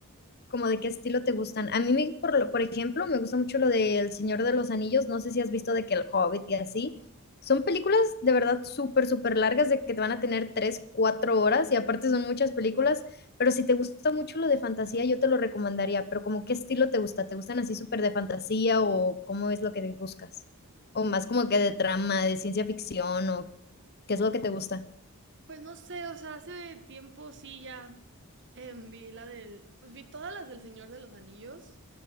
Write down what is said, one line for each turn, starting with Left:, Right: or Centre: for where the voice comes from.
Left: como de qué estilo te gustan. A mí, me- por, lo- por ejemplo, me gusta mucho lo del Señor de los Anillos. No sé si has visto de que El Hobbit y así. Son películas de verdad súper, súper largas, de que te van a tener tres, cuatro horas y aparte son muchas películas, pero si te gusta mucho lo de fantasía, yo te lo recomendaría, pero como qué estilo te gusta, ¿te gustan así súper de fantasía o cómo es lo que buscas? O más como que de trama, de ciencia ficción o qué es lo que te gusta.
Right: Pues no sé, o sea, hace tiempo sí ya em, vi la del, pues vi todas las del Señor de los Anillos